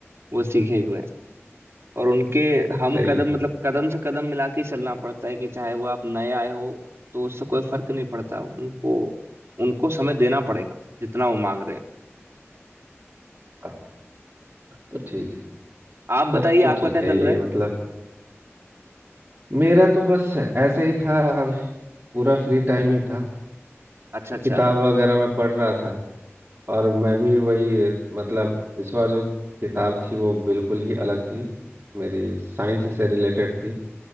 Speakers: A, on the right (about 55°); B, on the right (about 35°).
A: वो सीखे हुए हैं और उनके हम
B: सही
A: कदम
B: है
A: मतलब कदम से कदम मिला के ही चलना पड़ता है कि चाहे वो आप नए आए हो तो उससे कोई फर्क नहीं पड़ता उनको उनको समय देना पड़ेगा जितना वो मांग रहे हैं
B: अब तो ठीक है
A: आप
B: तब
A: बताइए
B: तो
A: आपका
B: ठीक
A: क्या
B: है
A: चल
B: ये
A: रहा है
B: मतलब मेरा तो बस ऐसे ही था अभी पूरा फ्री टाइम ही था
A: अच्छा
B: तो
A: अच्छा
B: किताब वगैरह मैं पढ़ रहा था और मैं भी वही मतलब इस बार जो किताब थी वो बिल्कुल ही अलग थी मेरी साइंस से रिलेटेड थी